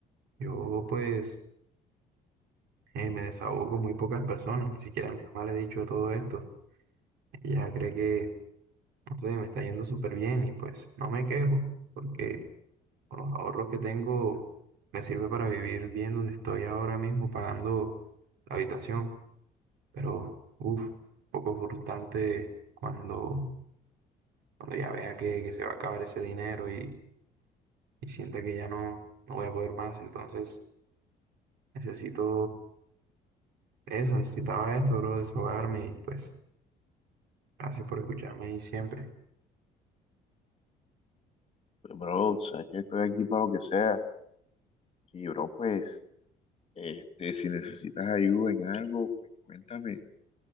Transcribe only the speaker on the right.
Yo pues eh, me desahogo con muy pocas personas, ni siquiera a mi mamá le he dicho todo esto. Ella cree que, no sé, me está yendo súper bien y pues no me quejo porque... Con los ahorros que tengo, me sirve para vivir bien donde estoy ahora mismo pagando la habitación. Pero, uff, poco frustrante cuando, cuando ya vea que, que se va a acabar ese dinero y, y sienta que ya no, no voy a poder más. Entonces, necesito eso, necesitaba esto, bro, desahogarme y pues, gracias por escucharme y siempre.